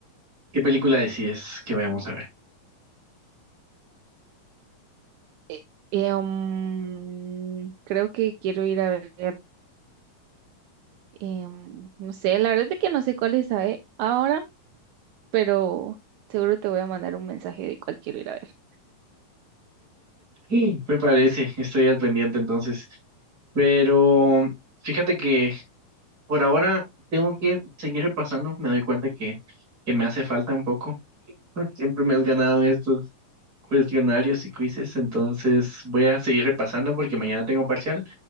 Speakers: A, on the right; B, on the right.
A: ¿qué película decides que vayamos a ver?
B: Eh, em, creo que quiero ir a ver, em, no sé, la verdad es de que no sé cuál es a- eh, ahora. pero seguro te voy a mandar un mensaje de cuál quiero ir a ver.
A: Sí. Me parece, estoy al pendiente entonces. Pero fíjate que por ahora tengo que seguir repasando. Me doy cuenta que, que me hace falta un poco. <laughs> Siempre me has ganado en estos cuestionarios y quizzes, entonces voy a seguir repasando porque mañana tengo parcial.